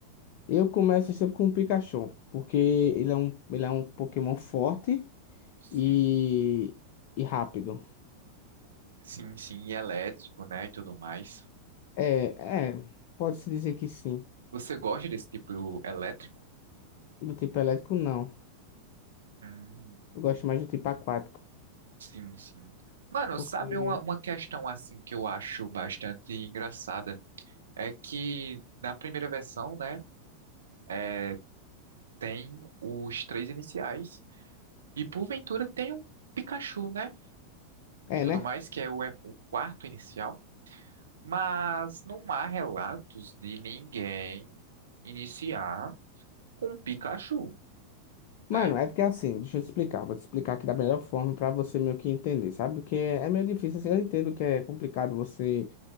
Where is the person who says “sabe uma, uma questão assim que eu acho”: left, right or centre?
Right